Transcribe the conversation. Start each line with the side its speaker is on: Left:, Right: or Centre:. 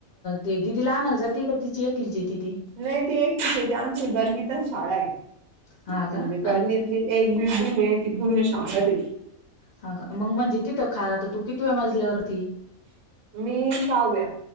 Left: ते दिदीला आणयला जाते का तिची येते तिचीती
Right: नाही ते एकच आमची गल्लीतच शाळा आहे
Left: हा
Right: म्हणजे
Left: का
Right: गल्लीतली
Left: अन
Right: एक बिल्डिंग आहे ती पूर्ण शांततेय.
Left: हा का मग म्हणजे तिथ खा तर तू कितव्या मजल्यावरती.
Right: मी साव्या.